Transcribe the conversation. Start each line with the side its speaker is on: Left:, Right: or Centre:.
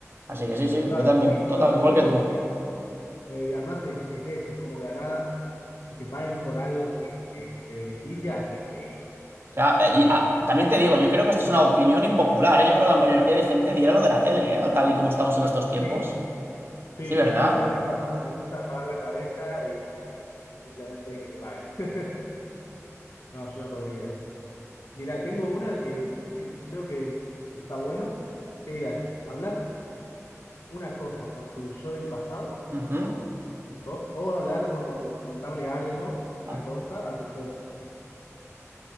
Right: Así que sí, sí,
Left: Total,
Right: yo también.
Left: sí, yo
Right: Total,
Left: creo lo
Right: igual
Left: mismo.
Right: que tú.
Left: Y, eh, además, es, es eso, es como que de la nada que te paguen por algo que, que, que te beneficia, está increíble.
Right: Que, ah, eh,
Left: Sí,
Right: y ah, también te digo, yo creo que esto es una opinión impopular, ¿eh? Yo creo que la mayoría de gente dirá lo de la tele, ¿eh? Tal y como estamos en estos tiempos.
Left: sí, sí,
Right: Sí, ¿verdad?
Left: sí, yo creo que a la gente apa- le gusta apagar la cabeza y simplemente que le paguen. <laughs> No, yo no podría. Mira, tengo una que, que creo que está buena. ¿Qué digas? Hablar una cosa con tu yo del pasado,
Right: Ujú.
Left: tipo, o hablar con, o preguntarle algo,
Right: Ah,
Left: una cosa, a tu yo del futuro.